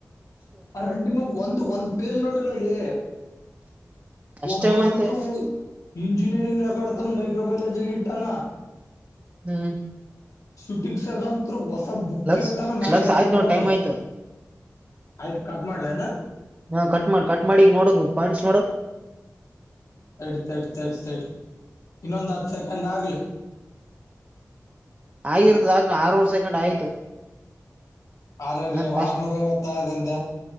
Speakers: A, on the left (about 70°); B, on the right (about 20°).
A: ಆ ರಂಡಿಮಗ್ ಒಂದು ಒಂದು ಪೇಜ್ ನೋಡಿಲ್ಲಲ್ಲಿ
B: ಅಷ್ಟೇ
A: ಒಬ್ಬ
B: ಮತ್ತೆ
A: ನಂತರೂ ಇಂಜಿನಿಯರಿಂಗ ರಕಡ್ತ ಮಾೈಕ್ರೋಬಾಯೋಲೊಜಿ ಗ ಇಡ್ತಾನ
B: ಹ್ಮ್
A: ುಟಿಕ್ಸ್ಗಂ ಹೊಸ ಬುಕಟ್ನ
B: ಲಕ್ಸ್
A: ಮ್ಯಾಗ
B: ಲಕ್ಸ್
A: ಹೆಸರು
B: ಆಯ್ತ್
A: ಬರದ
B: ನೋಡ್ ಟೈಮ್ ಆಯ್ತು
A: ಆಯ್ತು ಕಟ್ ಮಾಡ್ಲೆನು
B: ಹಾ ಕಟ್ ಮಾಡ ಕಟ್ ಮಾಡಿಗ್ ನೋಡ ಪಾಯಿಂಟ್ಸ್ ನೋಡ
A: ತಡ್ ತಡ್ ತಡಿ ತಡಿ ಇನ್ನೊಂದ್ ಹತ್ ಸೆಕೆಂಡ್ ಆಗ್ಲಿ
B: ಆಗಿರ್ತದ ಆ ಆರೂರು ಸೆಕೆಂಡ್ ಆಯ್ತು
A: ಆ ಆರ್ನೂರ
B: ನನ್ ಫಸ್ಟ್
A: ಅರ್ನುರ್ ಐವತ್ತದಂದ